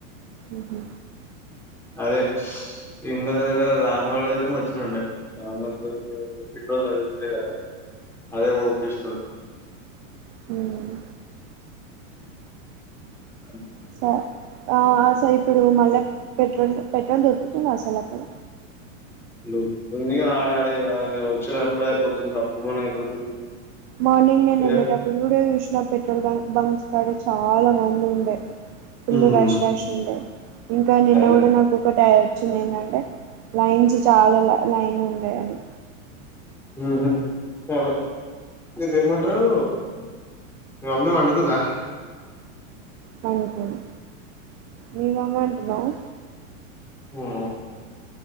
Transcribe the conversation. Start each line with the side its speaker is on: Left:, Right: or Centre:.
Right: మ్ హు
Centre: అదే ఇందక గిడ రామ గాడు గిటం వచ్చినుండే రామ్ గన్ తోన్ పెట్రోల్ <unintelligible> అదే పోపిచ్చిన
Right: హు మ్
Centre: అమ్
Right: స ఆ అసల్ ఇప్పుడు మళ్ళ పెట్రోల్ పెట్రోల్ దొరుకుతుంద అసలు అక్కడ
Centre: దొరుకుతుంది ఆడడ ఇగ ఇగ వచ్చినప్పుడే అయిపోతుంది టప్పుమని అయిపోతుంది
Right: మార్నింగ్ నేను వెళ్ళేటప్పుడు
Centre: ఏ?
Right: కూడా చూసిన పెట్రోల్ బంక్ బంక్స్ కాడ చాలా మంది ఉండే ఫుల్లు
Centre: ఉమ్
Right: రాష్ రాష్ ఉండే ఇంకా నిన్న
Centre: అదే
Right: కూడా నాకొకటి ఆ చింది ఏందంటే లైన్స్ చాలా లై లైన్ ఉండయని
Centre: హ్మ్ సరే ఇదేమంటరు మీ మమ్మీ పండుకుందా
Right: పండుకుంది మీ మమ్మీ అంటున్నవ్
Centre: హు అ